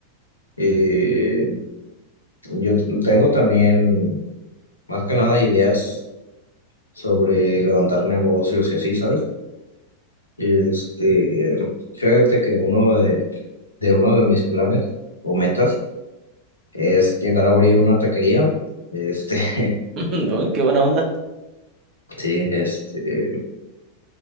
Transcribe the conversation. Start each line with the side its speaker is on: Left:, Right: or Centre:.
Left: eh, yo t- tengo también más que nada ideas sobre levantar negocios y así, ¿sabes? Este, fíjate que uno de, de uno de mis planes o metas es llegar a abrir una taquería. Este, <laughs>
Right: <laughs> Uy, qué buena onda.
Left: Sí, este,